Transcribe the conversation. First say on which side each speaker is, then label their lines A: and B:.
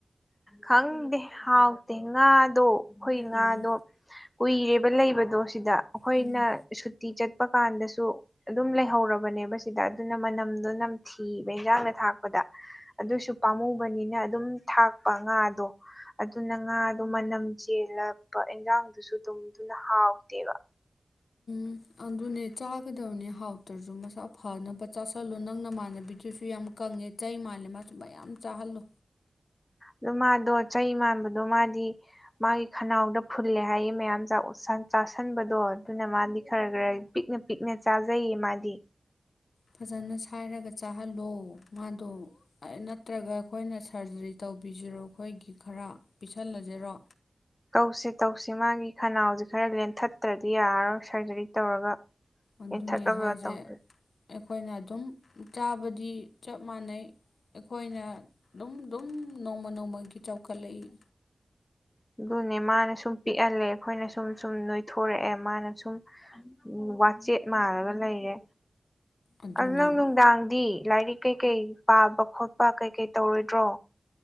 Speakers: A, on the left (about 15°); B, on the left (about 85°).
A: ꯈꯪꯗꯦ ꯍꯥꯎꯇꯦ ꯉꯥꯗꯣ ꯑꯈꯣꯏꯒꯤ ꯉꯥꯗꯣ
B: ꯎꯝ
A: ꯀꯨꯏꯔꯦꯕ ꯂꯩꯕꯗꯣ ꯁꯤꯗ ꯑꯈꯣꯏꯅ
B: ꯎꯝ
A: ꯁꯨꯇꯤ ꯆꯠꯄ ꯀꯥꯟꯗꯁꯨ ꯑꯗꯨꯝ ꯂꯩꯍꯧꯔꯕꯅꯦꯕ ꯁꯤꯗ ꯑꯗꯨꯅ ꯃꯅꯝꯗꯣ ꯅꯝꯊꯤꯕ ꯏꯟꯖꯥꯡꯗ ꯊꯥꯛꯄꯗ ꯑꯗꯨꯁꯨ ꯄꯥꯝꯃꯨꯕꯅꯤꯅ ꯑꯗꯨꯝ ꯊꯥꯛꯄ ꯉꯥꯗꯣ ꯑꯗꯨꯅ ꯉꯥꯗꯣ ꯃꯅꯝ ꯆꯦꯜꯂꯛꯄ ꯏꯟꯖꯥꯡꯗꯨꯁꯨ ꯗꯨꯝ ꯑꯗꯨꯅ ꯍꯥꯎꯇꯦꯕ
B: ꯎꯝ ꯑꯗꯨꯅꯦ ꯆꯥꯒꯗꯕꯅꯦ ꯍꯥꯎꯇ꯭ꯔꯁꯨ ꯃꯁꯥ ꯐꯅꯕ ꯆꯥꯥꯁꯜꯂꯨ ꯅꯪ ꯅꯃꯥꯟꯅꯕꯤꯗꯨꯁꯨ ꯌꯥꯝ ꯀꯪꯉꯦ ꯆꯩ ꯃꯥꯜꯂꯦ ꯃꯥꯁꯨ ꯃꯌꯥꯝ ꯆꯥꯍꯜꯂꯨ
A: ꯑꯗꯣ ꯃꯥꯗꯣ ꯆꯩ ꯃꯥꯟꯕꯗꯣ ꯃꯥꯗꯤ ꯃꯥꯒꯤ ꯈꯅꯥꯎꯗ ꯐꯨꯜꯂꯦ ꯍꯥꯏꯌꯦ ꯃꯌꯥꯝ ꯆꯥ ꯑꯣꯁꯟ ꯆꯥꯁꯟꯕꯗꯣ ꯑꯗꯨꯅ ꯃꯥꯗꯤ ꯈꯔ ꯈꯔ ꯄꯤꯛꯅ ꯄꯤꯛꯅ ꯆꯥꯖꯩꯌꯦ ꯃꯥꯗꯤ
B: ꯐꯖꯅ ꯁꯥꯏꯔꯒ ꯆꯥꯍꯜꯂꯣ ꯃꯥꯗꯣ ꯑꯥꯏ ꯅꯠꯇ꯭ꯔꯒ ꯑꯩꯈꯣꯏꯅ ꯁꯔꯖꯔꯤ ꯇꯧꯕꯤꯁꯤꯔꯣ ꯑꯩꯈꯣꯏꯒꯤ ꯈꯔ ꯄꯤꯁꯜꯂꯁꯤꯔꯣ
A: ꯇꯧꯁꯤ ꯇꯧꯁꯤ ꯃꯥꯒꯤ ꯈꯅꯥꯎꯁꯤ ꯈꯔ ꯂꯦꯟꯊꯠꯇ꯭ꯔꯗꯤ ꯌꯥꯔꯔꯣꯏ ꯁꯔꯖꯔꯤ ꯇꯧꯔꯒ
B: ꯑꯗꯨꯅꯤ
A: ꯂꯦꯡꯊꯠꯂꯒ
B: ꯍꯥꯏꯁꯦ
A: ꯇꯧꯗꯦ
B: ꯑꯩꯈꯣꯏꯅ ꯑꯗꯨꯝ ꯆꯥꯕꯗꯤ ꯆꯞ ꯃꯥꯟꯅꯩ ꯑꯩꯈꯣꯏꯅ ꯗꯨꯝ ꯗꯨꯝ ꯅꯣꯡꯃ ꯅꯣꯡꯃꯒꯤ ꯆꯥꯎꯈꯠꯂꯛꯏ
A: ꯑꯗꯨꯅꯦ ꯃꯥꯅ ꯁꯨꯝ ꯄꯤꯛꯍꯜꯂꯦ ꯑꯩꯈꯣꯏꯅ ꯁꯨꯝ ꯁꯨꯝ ꯅꯣꯏꯊꯣꯔꯛꯑꯦ ꯃꯥꯅ ꯁꯨꯝ ꯎꯝ ꯋꯥꯆꯦꯠ ꯃꯥꯜꯂꯒ ꯂꯩꯔꯦ
B: ꯑꯗꯨꯅꯦꯕ
A: ꯑꯗꯨ ꯅꯪ ꯅꯨꯡꯗꯥꯡꯗꯤ ꯂꯥꯏꯔꯤꯛ ꯀꯩꯀꯩ ꯄꯥꯕ ꯈꯣꯠꯄ ꯀꯩꯀꯩ ꯇꯧꯔꯣꯏꯗ꯭ꯔꯣ